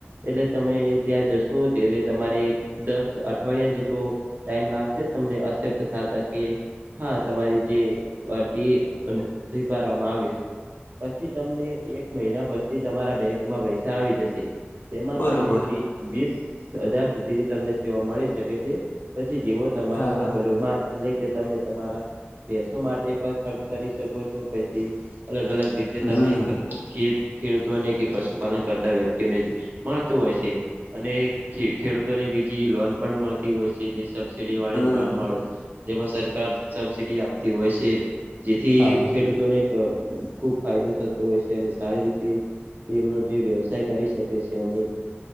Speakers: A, on the right; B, on the left.
A: એટલે તમે ત્યાં જશો ત્યારે તમારે દસ અઠવાડિયા જેટલો ટાઈમ લાગશે તમને અક્સેપ્ટ થાતા કે હા તમારી જે અરજી અને સ્વીકારવામાં આવી છે. પછી તમને એક મહિના પછી તમારા બેંકમાં પૈસા આવી જશે તેમાં
B: બરોબર
A: તમને વીસ હજાર સુધીની તમને સેવા મળી શકે છે પછી જેવો તમારો
B: હા
A: તેલોમાં.
B: હા
A: એટલે કે તમે તમારા ભેસો માટે પણ ખર્ચ કરી શકો છો પછી અલગ અલગ રીતે
B: હમ
A: તમે ખીર ખેડૂતોને કે પશુપાલન કરતા વ્યક્તિઓને મળતુ હોય છે. અને ખી ખેડૂતોને બીજી લોન પણ મળતી હોય છે જે સબસીડી વાળી
B: હમ
A: લોન મળે. તેમાં સરકાર સબસિડી આપતી છે જેથી
B: હા હા
A: ખેડૂતોને ખૂબ ફાયદો થતો હોય છે અને સારી રીતે તેનો જે વ્યવસાય કરી શકે છે અને